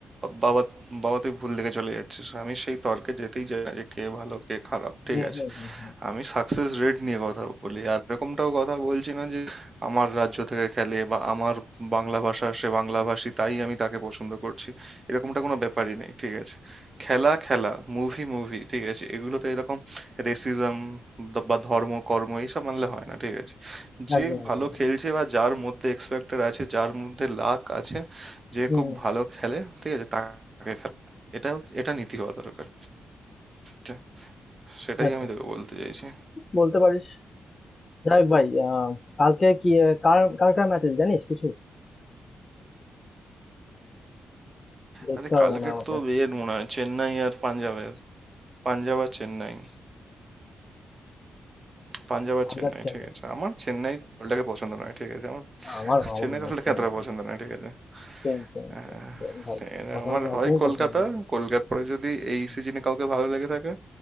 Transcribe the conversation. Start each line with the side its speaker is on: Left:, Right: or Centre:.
Right: বাবা বাবা তুই ভুল দিকে চলে যাচ্ছিস আমি সেই তর্কে যেতেই চাই না যে কে ভালো কে খারাপ ঠিক
Left: হুম
Right: আছে
Left: হুম হুম হুম
Right: আমি সাকসেস রেট নিয়ে কথা বলি আর এরকমটাও কথা বলছি না যে আমার রাজ্য থেকে খেলে বা আমার বাংলা ভাষা সে বাংলাভাষী তাই আমি তাকে পছন্দ করছি এরকমটা কোনো ব্যাপারই নেই ঠিক আছে খেলা খেলা মুভি মুভি ঠিক আছে এগুলোতে এরকম রেসিজম বা ধর্ম কর্ম এইসব মানলে হয় না ঠিক আছে যে
Left: একদম একদম
Right: ভালো
Left: একদম।
Right: খেলছে বা যার মধ্যে এক্স ফ্যাক্টর আছে যার মধ্যে লাক আছে যে
Left: হুম
Right: খুব
Left: হুম।
Right: ভালো খেলে ঠিক আছে তাকে খেলা এটা এটা নীতি হওয়া দরকার ঠিক- সেটাই
Left: আচ্ছা
Right: আমি তোকে বলতে চাইছি
Left: বলতে পারিস যাই হোক ভাই আহ, কালকে কি আহ, কার কার কার ম্যাচ আছে জানিস কিছু দেখতে
Right: আরে
Left: হবে
Right: কালকের
Left: মনে হয় আমাকে
Right: তো ইয়ের মনে হয় চেন্নাই আর পাঞ্জাবের পাঞ্জাব আর চেন্নাই পাঞ্জাব আর
Left: পাঞ্জাব
Right: চেন্নাই
Left: চেন্নাই
Right: ঠিক আছে আমার চেন্নাই দলটাকে পছন্দ নয় ঠিক আছে আমার
Left: আমারও আমারও
Right: চেন্নাই
Left: ভাই
Right: দলটাকে
Left: same
Right: এতটা
Left: same
Right: পছন্দ নয় ঠিক আছে
Left: same same
Right: হ্যাঁ,
Left: same ভাই
Right: এরা
Left: পছন্দ
Right: আমার
Left: একদমই
Right: হয় কলকাতা
Left: পছন্দ না আমার।
Right: কলকাতা পরে যদি এই
Left: হুম
Right: সিজনে কাউকে ভালো লেগে থাকে